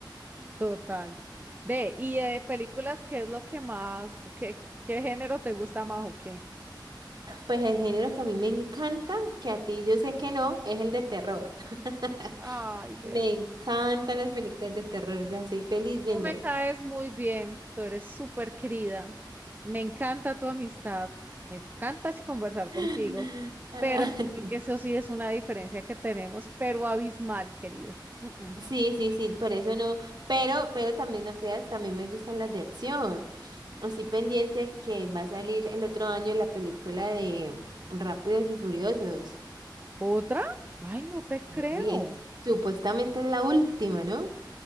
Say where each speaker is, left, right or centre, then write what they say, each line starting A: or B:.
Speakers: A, on the right (about 25°); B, on the right (about 60°).
A: Total. Ve, y de películas, ¿qué es lo que más, qué, qué género te gusta más o qué?
B: Pues el género que a mí me encanta, que a ti yo sé que no, es el de terror. <laughs>
A: Ay, verdad.
B: Me encantan las películas de terror, o sea, soy feliz viéndolas.
A: Tú me caes muy bien, tú eres súper querida. Me encanta tu amistad, me encanta <laughs> ch- conversar
B: <gasps>
A: contigo, pero creo que
B: <laughs>
A: eso sí es una diferencia que tenemos, pero abismal, querida. Mm, mm.
B: Sí, sí, sí, por eso no, pero, pero también no creas, también me gustan las de acción. Así pendiente a que va a salir el otro año la película de Rápidos y Furiosos.
A: ¿Otra? Ay, no te creo.
B: Y es- supuestamente es la última, ¿no?